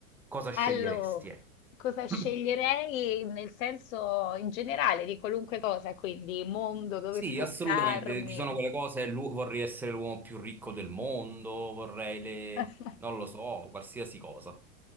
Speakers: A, in the centre; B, on the left (about 60°).
A: Cosa sceglieresti,
B: Allora,
A: eh?
B: cosa sceglierei
A: <clears throat>
B: nel senso in generale di qualunque cosa, quindi mondo, dove
A: Sì,
B: spostarmi?
A: assolutamente. Ci sono quelle cose, l'u- vorrei essere l'uomo più ricco del mondo, vorrei le...
B: <laughs>
A: non lo so, qualsiasi cosa.